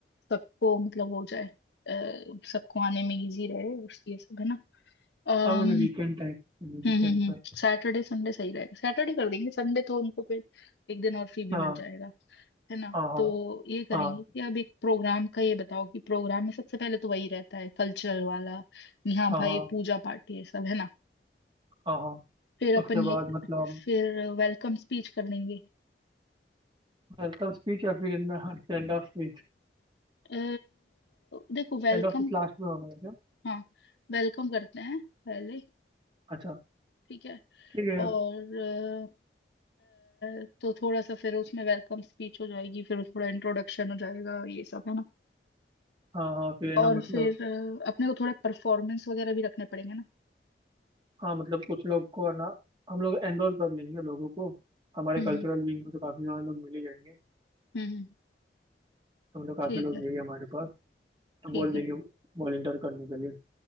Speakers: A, on the left; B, on the right.
A: सबको मतलब हो जाए अ, सबको आने में इजी रहे और ये सब है ना अम
B: हाँ मतलब वीकेंड टाइप वीकेंड
A: हम्म हम्म हम्म
B: पे
A: सैटरडे संडे सही रहेगा सैटरडे कर देंगे संडे तो उनको फिर एक दिन और फ्री भी
B: हाँ
A: मिल जाएगा है ना
B: हाँ हाँ
A: तो ये करेंगे
B: हाँ
A: कि अब एक प्रोग्राम का ये बताओ कि प्रोग्राम में सबसे पहले तो वही रहता है कल्चरल वाला यहाँ
B: हाँ
A: भाई
B: हाँ
A: पूजा पाठ ये सब है ना
B: हाँ हाँ
A: फिर अपन
B: उसके
A: ये
B: बाद मतलब
A: फिर वेलकम स्पीच कर लेंगे
B: वेलकम स्पीच या फिर stand off speech
A: अ, देखो वेलकम
B: Stand off speech last में होगा वैसे
A: हाँ वेलकम करते हैं पहले
B: अच्छा
A: ठीक है
B: ठीक है
A: और अ, अ, तो थोड़ा सा फिर उसमें वेलकम स्पीच हो जाएगी फिर थोड़ा इंट्रोडक्शन हो जाएगा ये सब है ना
B: हाँ हाँ फिर है ना
A: और
B: मतलब
A: फिर अ, अपने को थोड़े परफॉर्मेंस वगैरह भी रखने पड़ेंगे ना
B: हाँ मतलब कुछ लोग को है ना हम लोग एनरोल कर लेंगे लोगों को हमारे
A: हम्म
B: कल्चरल विंग में तो काफ़ी सारे लोग मिल ही जाएंगे
A: हम्म हम्म,
B: तो मतलब काफ़ी
A: ठीक
B: लोग
A: है
B: हैं ही हमारे पास तो
A: ठीक
B: बोल देंगे
A: है
B: वॉलेंटियर करने के लिए